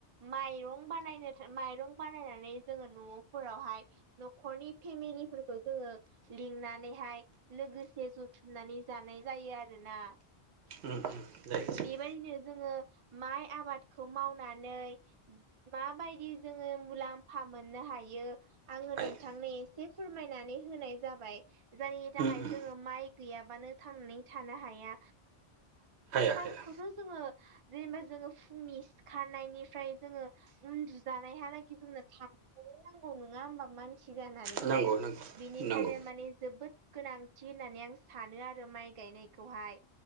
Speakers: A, on the right (about 40°); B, on the right (about 80°).
A: माइरं बानायनो माइरं बानायनानै जोङो न'फोरावहाय न'खरनि फेमिलिफोरखौ जोङो लिंनानैहाय लोगोसे जुथुमनानै जा जानाय जायो आरोना।
B: उम जायो जायो
A: बेबायदिनो जोङो माइ आबाद खौ मावनानै माबायदि जोङो मुलाम्फा मोननो हायो आङो
B: हायो
A: नोंथांनो एसे फोरमायनानै होनाय जाबाय जायनि थाखाय
B: उम उम
A: जोङो माइ गैयाबानो थांना नानै थानो हाया
B: हाया
A: खामखौथ'
B: हाया
A: जोङो जेनेबा जों फुंनि सिखारनायनिफ्राय जोङो उन्दुजानायहालागि जोंनो थानो नांगौ नङा होनबा मानसि जानानैहाय
B: नंगौ नंगौ
A: बिनिखायनो
B: नंगौ
A: माने जोबोद गोनांथि होननानै आं सानो आरो माइ गायनायखौहाय